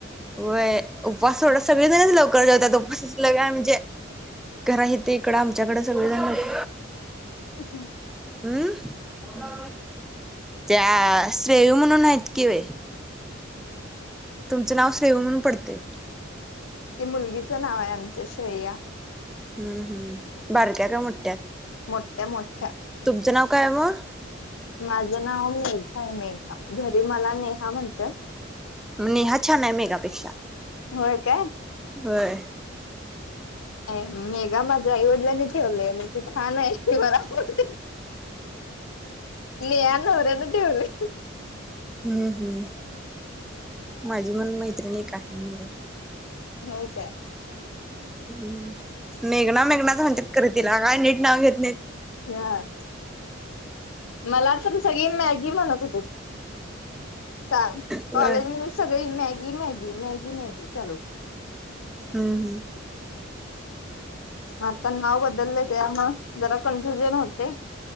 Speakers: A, in the centre; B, on the left.
A: वय, उपवास सोडा सगळेजणच लवकर जेवतात उपवासाच ल म्हणजे. कारण हिथं इकडे आमच्याकडं सगळे जण मधे
B: अं
A: हम्म,, त्या श्रेयू म्हणून आहेत कि बाई. तुमचं नाव श्रेयू म्हणून पडतय.
B: ते मुलगीचं नाव आय आमच्या श्रेया.
A: हम्म हम्म, बारक्या काय मोठ्या,,
B: मोठ्या मोठ्या
A: तुमचं नाव कायय मग?
B: माझं नाव मेघा आहे मेघा, घरी मला नेहा म्हणत्यात.
A: नेहा छान आहे मेघा पेक्षा.
B: होय काय?
A: होय.
B: अ मेघा माझ्या आईवडिलांनी ठेवलंय, म ते छान आहे, ते मला आवडतं. नेहा नवर्यानं ठेवलय.
A: हम्म हम्म,, माझी मण मैत्रिणी एक आहे नेहा.
B: होय काय.
A: हम्म, मेघना मेघनाच म्हणत्यात खरं तिला, काय नीट नाव घेत नाहीत.
B: हा, मला पण सगळी मॅगी म्हणत होते. सांग,
A: होय
B: कॉलेज मध्ये सगळी मॅगी मॅगी मॅगी मॅगी चालू.
A: हम्म हम्म.
B: आता नाव बदललय त्यामुळं,,, जरा कन्फ्युजन होतय.